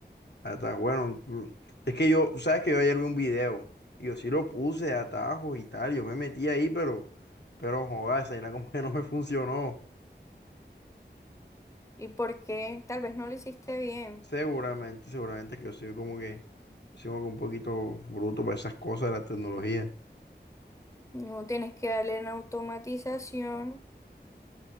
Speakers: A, on the left; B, on the left.
A: Hasta bueno. mm, Es que yo, sabes que yo ayer vi un video y yo sí lo puse de atajos y tal. Yo me metí ahí, pero, pero joder, esa vaina como que no me funcionó.
B: ¿Y por qué? Tal vez no lo hiciste bien.
A: Seguramente, seguramente que yo soy como que, yo soy como que un poquito bruto para esas cosas de la tecnología.
B: No tienes que darle en automatización